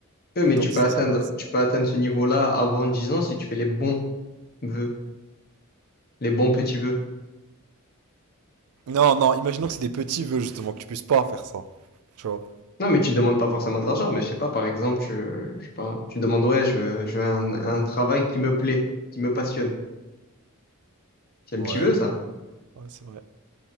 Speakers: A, on the left (about 45°); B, on the right (about 80°).
A: Ouais, mais
B: Et que dans
A: tu
B: 10
A: peux atteindre,
B: ans, ça se réalise.
A: tu peux atteindre ce niveau-là avant 10 ans si tu fais les bons vœux, les bons petits vœux.
B: Non, non, imaginons que c'est des petits vœux, justement, que tu puisses pas faire ça. Tu vois?
A: Non, mais tu demandes pas forcément de l'argent, mais je sais pas, par exemple, tu, je sais pas, tu demandes, ouais, je veux, je veux un, un travail qui me plaît, qui me passionne. C'est un
B: Ouais,
A: petit vœu, ça.
B: ouais, c'est vrai.